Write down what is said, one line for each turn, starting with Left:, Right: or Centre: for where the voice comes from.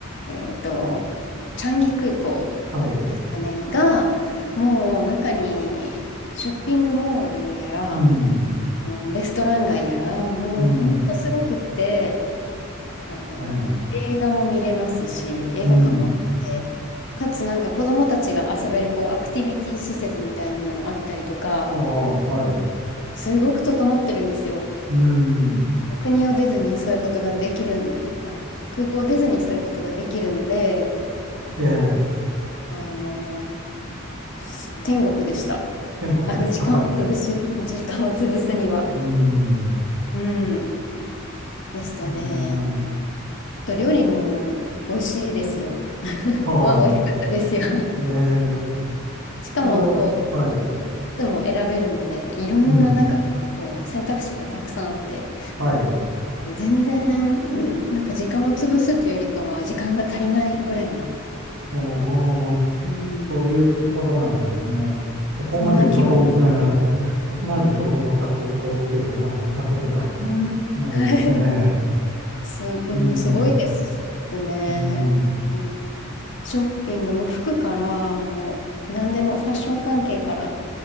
Left: えっと、チャンギ空港ですかね、
Right: はい。
Left: が、もう中にショッピングモールやら、
Right: うん、
Left: あの、レストラン街やら、もうほんとすごくって、
Right: うん、
Left: あの、
Right: ええ、
Left: 映画も見れますし、映画館もあって、
Right: うん。
Left: かつなんか子供たちが遊べるこうアクティビティ施設みたいなのもあったりとか、
Right: ああ、はい。
Left: すごく整ってるんですよ。
Right: うん。
Left: お国を出ずにそういうことができるん、あ、空港を出ずにそういうことができるので、
Right: ええ、
Left: あの、す天国でした。
Right: 天国でしたか。
Left: あの、時間を潰し、時間を潰すには。
Right: うーん。
Left: うん、でしたね。
Right: あの、
Left: と料理も美味しいですよ。<laughs>
Right: は
Left: は美味しかったですよ。
Right: い。ええ、
Left: しかも、
Right: それは、
Left: こう、
Right: はい。
Left: つも選べるので、いろんな中からこう選択肢がたくさんあって、
Right: うん。はい。
Left: 全然うんなんか時間を潰すというよりかは時間が足りないぐらいな、
Right: おお、
Left: うん。
Right: そういうところなんですね。そこまで整う、
Left: そんな気分に。
Right: <laughs> うんそこまで整った空港っていうのはまだ見たことが <laughs> ないですね。
Left: はいす、<laughs> うん、
Right: うん。
Left: すごいですね。
Right: うん。
Left: うんショッピングも服からもう何でもファッション関係から